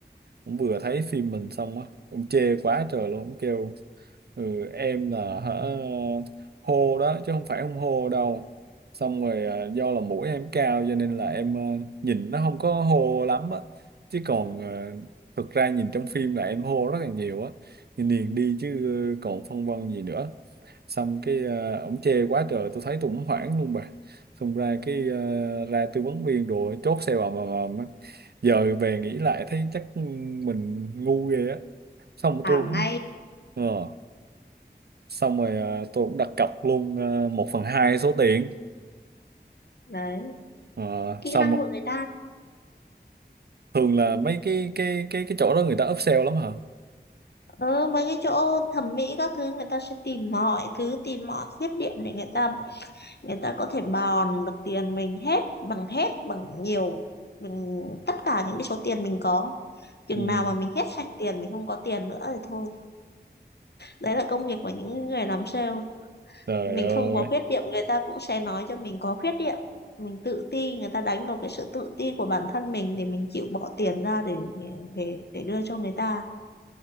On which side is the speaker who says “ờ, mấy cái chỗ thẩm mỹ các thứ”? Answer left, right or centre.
Left